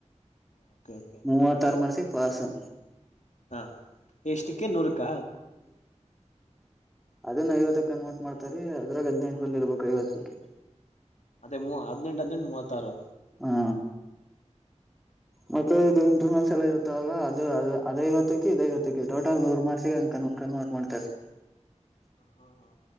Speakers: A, on the left; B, in the centre.
A: ಓಕೆ ಓಕೆ
B: ಮೂವತ್ತಾರ್ ಮಾರ್ಕ್ಸ್ಸಿಗ್ ಪಸು.
A: ಹಾ ಎಷ್ಟಕ್ಕೆ ನೂರುಕ.
B: ಅದನ್ ಐವತ್ತುಕ್ ಕನ್ವರ್ಟ್ ಮಾಡ್ತಾರೇ ಅದ್ರಾಗ್ ಹದ್ನೆಂಟ್ ಬಂದಿರ್ರ್ಬೇಕು ಐವತ್ತುಕ್ಕೆ.
A: ಅದೇ ಮೂ ಹಾದ್ನೆಂಟ್ ಹದ್ನೆಂಟ್ ಮೂವತ್ತಾರು.
B: ಹಾ
A: ಓಕೆ
B: ಮತ್ತೆ
A: ಓಕೆ ಓಕೆ
B: ಇದು ಇಂಟರ್ನಲ್ಸ್ ಎಲ್ಲ ಇರ್ತವಲ್ಲ ಅದು ಅದ್ ಐವತ್ತಕ್ಕೆ ಇದ್ ಐವತ್ತಕ್ಕೆ ಟೋಟಲ್ ನೂರ್ ಮಾರ್ಸಿಗೆ ಅಂಕ. ಹಾ ಕನ್ವರ್ಟ್ ಮಾಡ್ತಾರೆ.
A: ಹ ಹಾ ಹಾ.